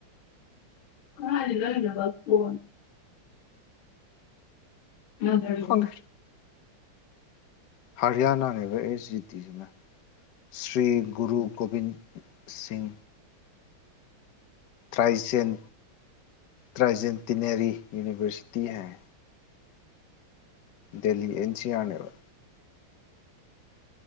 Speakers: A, on the left; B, on the left.
A: ꯑ ꯏ ꯂ ꯏꯗꯕ ꯀ ꯃꯗꯣ
B: ꯈꯪꯗꯦ ꯍꯔꯤꯌꯥꯅꯥꯅꯦꯕ ꯑꯦꯁ ꯖꯤ ꯇꯤꯁꯤꯅ ꯁ꯭ꯔꯤ ꯒꯨꯔꯨ ꯒꯣꯕꯤꯟ ꯁꯤꯡ ꯇ꯭ꯔꯥꯏꯖꯦꯟ ꯇ꯭ꯔꯥꯏꯖꯦꯟꯇꯤꯅꯔꯤ ꯌꯨꯅꯤꯕꯔꯁꯤꯇꯤ ꯍꯥꯏ ꯗꯦꯜꯂꯤ ꯑꯦꯟ ꯁꯤ ꯑꯥꯔꯅꯦꯕ